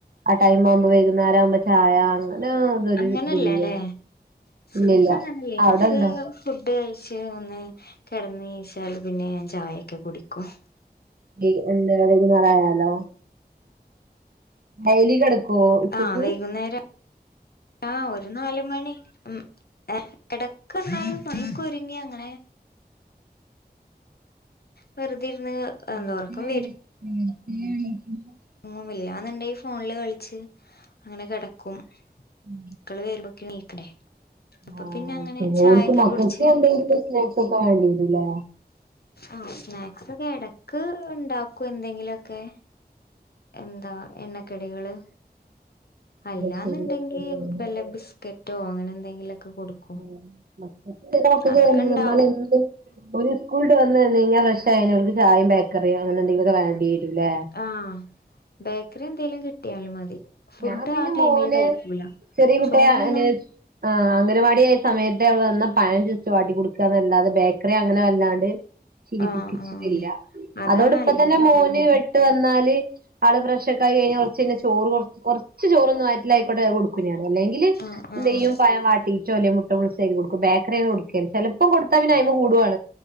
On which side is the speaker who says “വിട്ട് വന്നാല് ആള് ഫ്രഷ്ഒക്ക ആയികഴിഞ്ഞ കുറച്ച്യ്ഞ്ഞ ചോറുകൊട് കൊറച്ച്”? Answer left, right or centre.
Right